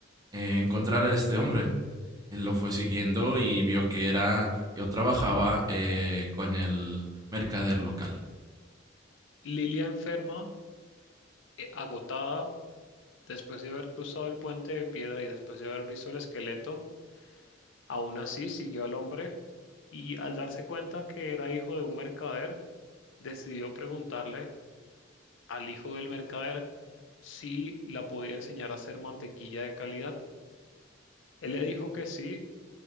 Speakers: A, on the right; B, on the left.
A: eh, encontrar a este hombre. Él lo fue siguiendo y vio que era o trabajaba eh, con el mercader local.
B: Lilia enferma, eh, agotada, Después de haber cruzado el puente de piedra y después de haber visto el esqueleto, aún así siguió al hombre y al darse cuenta que era hijo de un mercader, decidió preguntarle al hijo del mercader si la podía enseñar a hacer mantequilla de calidad. Él le dijo que sí,